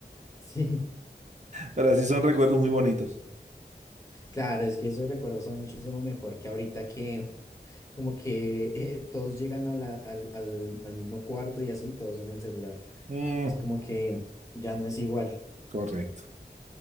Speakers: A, on the left (about 20°); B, on the right (about 45°).
A: Sí.
B: Pero así son recuerdos muy bonitos.
A: Claro, es que esos recuerdos son muchísimo mejor que ahorita que como que eh, todos llegan a la- al, al- al mismo cuarto y así, todos en el celular.
B: Mm,
A: Y es como que ya no es igual,
B: correcto.